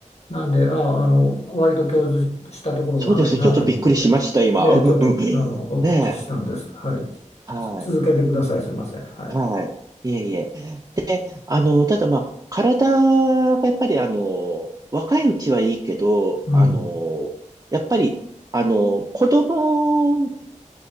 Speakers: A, on the left; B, on the right.
A: なんで、ああ、あの、割と共通したところがあるなと思って。
B: そうですね。ちょっとびっくりしました、今。
A: で、
B: <laughs>
A: ちょっと、あの、お聞きしたんです。
B: ねえ、
A: はい。
B: はい。
A: つ続けてください。すいません。はい。
B: はい。いえいえ。で、あの、ただまあ、体がやっぱりあの、若いうちはいいけど、
A: うん。
B: あの、やっぱり、あの、子供